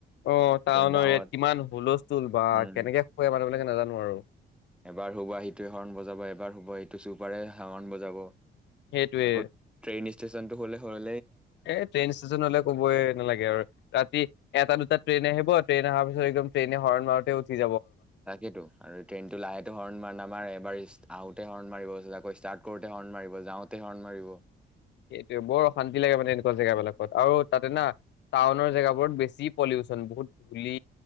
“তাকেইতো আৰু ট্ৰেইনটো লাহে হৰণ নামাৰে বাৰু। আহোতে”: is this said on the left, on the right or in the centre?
Centre